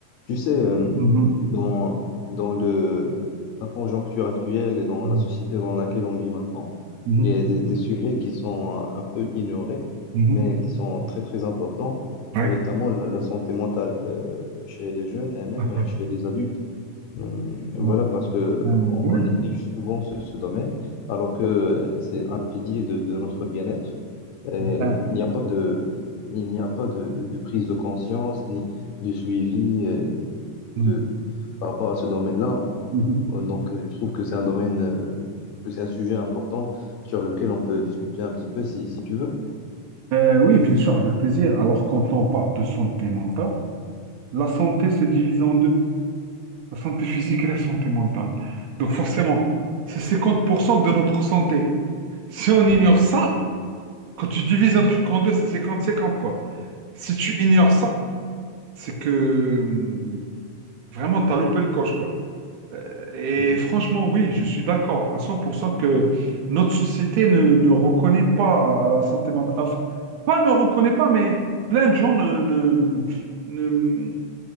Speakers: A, on the left (about 75°); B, on the right (about 75°).
A: Tu sais, euh,
B: Mhm.
A: dans, dans le, la conjoncture actuelle et dans
B: Mhm.
A: la société dans laquelle on vit maintenant,
B: Mhm.
A: il y a des, des sujets qui sont euh, un peu ignorés,
B: Mhm.
A: mais qui sont très, très importants,
B: Ouais.
A: et notamment la, la santé mentale euh, chez les jeunes et même
B: <laughs>
A: chez les adultes. Hum, Voilà,
B: Ah,
A: parce que
B: ah, ah,
A: on
B: ouais.
A: on néglige souvent ce, ce domaine, alors que euh, c'est un pilier de, de notre bien-être. Euh,
B: Ah,
A: il n'y a pas de, il n'y a pas de, de- de prise de conscience ni de suivi euh, de,
B: mhm.
A: par rapport à ce domaine-là.
B: Mhm.
A: Euh, Donc, euh, je trouve que c'est un domaine, euh, que c'est un sujet important sur lequel on peut discuter un petit peu si, si tu veux.
B: Euh, oui, bien sûr, avec plaisir. Alors, quand on parle de santé mentale, la santé se divise en deux, la santé physique et la santé mentale. Donc, forcément, c'est 50% de notre santé. Si on ignore
A: Mhm.
B: ça, quand tu divises un truc en deux, c'est 50-50, quoi. Si tu ignores ça, c'est que hum, vraiment, t'as loupé le coche, quoi. Euh, Et
A: Oui,
B: franchement, oui, je suis d'accord à 100% que notre société ne, ne reconnaît pas euh, la santé mentale. Enfin, pas ne reconnaît pas, mais plein de gens ne, ne, ne,